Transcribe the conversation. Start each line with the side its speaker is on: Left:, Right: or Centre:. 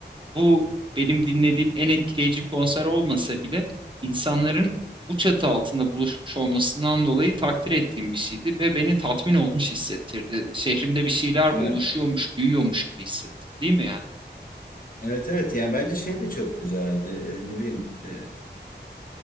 Right: bu benim dinlediğim en etkileyici konser olmasa bile insanların bu çatı altında buluşmuş olmasından dolayı takdir ettiğim bir şeydi ve beni tatmin olmuş hissettirdi. Şehrimde bir şeyler
Left: Evet.
Right: oluşuyormuş, büyüyormuş gibi hissettim, değil mi yani?
Left: Evet evet yani bence şey de çok güzeldi. Ee, ne bileyim e,